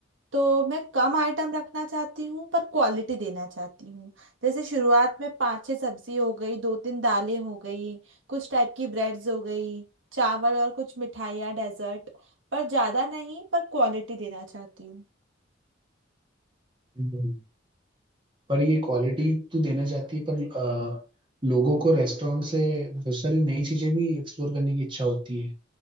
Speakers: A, on the right; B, on the right.
A: तो मैं कम आइटम रखना चाहती हूँ पर क्वालिटी देना चाहती हूँ जैसे शुरुआत में पाँच छः सब्जी हो गई दो तीन दालें हो गई कुछ टाइप की ब्रेड्स हो गई चावल और कुछ मिठाइयाँ डेजर्ट पर ज़्यादा नहीं पर क्वालिटी देना चाहती हूँ
B: हम्म। पर ये क्वालिटी तू देना चाहती है पर अ, लोगों को रेस्टोरेंट से बहुत सारी नई चीजें भी एक्सप्लोर करने की इच्छा होती है